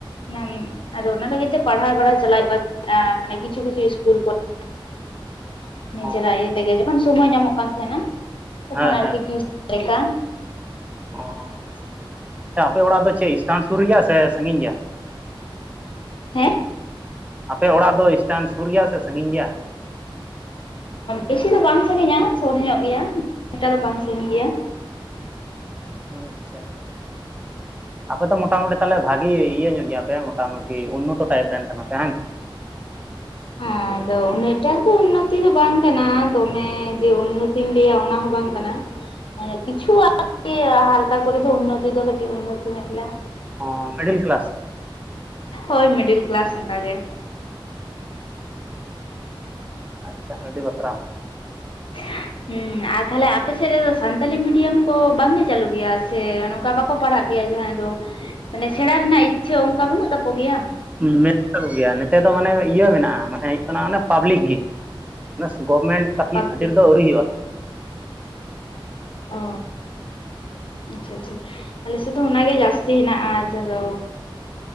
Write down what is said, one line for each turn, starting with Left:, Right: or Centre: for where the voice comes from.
Left: ᱱᱟᱹᱱ ᱟᱫᱚ ᱚᱱᱟ ᱛᱮ ᱜᱮ ᱛᱚ ᱯᱟᱲᱦᱟᱣ ᱵᱟᱲᱟ ᱪᱟᱞᱟᱣᱮᱫ ᱠᱚᱣᱟ ᱢᱟᱱᱮ ᱠᱤᱪᱷᱩ ᱠᱤᱪᱷᱩ ᱤᱥᱠᱩᱞ ᱠᱚᱨᱮ <unintelligible> ᱱᱤᱡᱮᱨᱟᱜ
Right: ᱚ
Left: ᱤᱭᱟᱹ ᱛᱮᱜᱮ ᱡᱚᱠᱷᱚᱱ ᱥᱚᱢᱚᱭ ᱧᱟᱢᱚᱜ ᱠᱟᱱ ᱛᱟᱦᱮᱱᱟ ᱛᱚᱠᱷᱚᱱ
Right: ᱦᱮᱸ
Left: ᱟᱨᱠᱤ ᱴᱤᱭᱳᱥᱚᱱ ᱞᱮᱠᱟ
Right: ᱚᱦᱻ
Left: <unintelligible>
Right: ᱟᱪᱪᱷᱟ ᱟᱯᱮ ᱚᱲᱟᱜ ᱫᱚ ᱥᱴᱟᱱ ᱥᱩᱨ ᱨᱮᱭᱟ ᱥᱮ ᱥᱟᱺᱜᱤᱧ ᱜᱮᱭᱟ?
Left: ᱦᱮᱸ
Right: ᱟᱯᱮ ᱚᱲᱟᱜ ᱫᱚ ᱥᱴᱟᱱ ᱥᱩᱨ ᱜᱮᱭᱟ ᱥᱮ ᱥᱟᱺᱜᱤᱧ ᱜᱮᱭᱟ?
Left: ᱵᱮᱥᱤ ᱫᱚ ᱵᱟᱝ ᱥᱟᱺᱜᱤᱧᱟ ᱥᱩᱨ ᱧᱚᱜ ᱜᱮᱭᱟ ᱤᱱᱟᱹᱜᱴᱟ ᱫᱚ ᱵᱟᱝ ᱥᱟᱺᱜᱤᱧ ᱜᱮᱭᱟ
Right: ᱟᱪᱪᱷᱟ, ᱟᱯᱮ ᱛᱚ ᱢᱚᱴᱟᱟᱢᱩᱴᱤ ᱛᱟᱦᱚᱞᱮ ᱵᱷᱟᱜᱤ ᱤᱭᱟᱹ ᱧᱚᱜ ᱭᱟᱯᱮ ᱢᱚᱴᱟ ᱢᱩᱴᱤ ᱩᱱᱱᱚᱛᱚ ᱴᱟᱭᱤᱯ ᱨᱮᱱ ᱠᱟᱱᱟᱯᱮ ᱦᱟᱝ?
Left: ᱟᱨ ᱟᱫᱚ ᱩᱱᱟᱹᱜ ᱴᱟᱜ ᱫᱚ ᱩᱱᱱᱚᱛᱤ ᱫᱚ ᱵᱟᱝ ᱠᱟᱱᱟ ᱫᱚᱢᱮ ᱡᱮ ᱩᱱᱱᱚᱛᱤᱧ ᱞᱟᱹᱭᱟ ᱚᱱᱟ ᱦᱚᱸ ᱵᱟᱝ ᱠᱟᱱᱟ ᱠᱤᱪᱷᱩ ᱟᱨᱠᱤ ᱦᱟᱞᱠᱟ ᱠᱚᱨᱮ ᱫᱚ ᱩᱱᱱᱚᱛᱤ ᱫᱚ ᱠᱟᱹᱴᱤᱡ ᱩᱱᱱᱚᱛᱤ ᱧᱚᱜ ᱞᱮᱭᱟ
Right: ᱚ ᱢᱤᱰᱤᱞ ᱠᱞᱟᱥ
Left: ᱦᱳᱭ ᱢᱤᱰᱤᱞ ᱠᱞᱟᱥ ᱚᱝᱠᱟᱜᱮ
Right: ᱟᱪᱪᱷᱟ ᱟᱹᱰᱤ ᱵᱟᱛᱨᱟᱢ
Left: <unintelligible> ᱦᱤᱸ ᱟᱨ ᱛᱟᱦᱚᱞᱮ ᱟᱯᱮᱥᱮᱫ ᱨᱮᱫᱚ ᱥᱟᱱᱛᱟᱞᱤ ᱢᱤᱰᱤᱭᱟᱢ ᱠᱚ ᱵᱟᱝᱜᱮ ᱪᱟᱹᱞᱩ ᱜᱮᱭᱟ ᱥᱮ ᱱᱚᱝᱠᱟ ᱵᱟᱠᱚ ᱯᱟᱲᱦᱟᱜ ᱜᱮᱭᱟ ᱡᱟᱦᱟᱸᱭ ᱫᱚ ᱢᱟᱱᱮ ᱥᱮᱬᱟ ᱨᱮᱱᱟᱜ ᱤᱪᱪᱷᱟᱹ ᱚᱱᱠᱟ ᱵᱟᱹᱱᱩᱜ ᱛᱟᱠᱚ ᱜᱮᱭᱟ
Right: ᱢᱮᱱᱟᱜ ᱛᱟᱠᱚ ᱜᱮᱭᱟ ᱱᱤᱛᱮ ᱫᱚ ᱢᱟᱱᱮ ᱤᱭᱟᱹ ᱢᱮᱱᱟᱜᱼᱟ ᱢᱟᱱᱮ ᱦᱩᱭᱩᱜ ᱠᱟᱱᱟ ᱚᱱᱮ ᱯᱟᱵᱽᱞᱤᱠ ᱜᱤ ᱢᱟᱱᱮ ᱜᱚᱵᱷᱢᱮᱱᱴ <unintelligible>
Left: ᱯᱟᱵᱽᱞᱤᱠ
Right: ᱠᱷᱟᱹᱛᱤᱨ ᱫᱚ ᱟᱹᱣᱨᱤ ᱦᱩᱭᱩᱜᱼᱟ
Left: ᱚ ᱟᱪᱪᱷᱟ ᱟᱪᱪᱷᱟ ᱟᱞᱮ ᱥᱮᱫ ᱫᱚ ᱚᱱᱟᱜᱮ ᱡᱟᱹᱥᱛᱤ ᱦᱮᱱᱟᱜᱼᱟ ᱡᱟ ᱫᱚ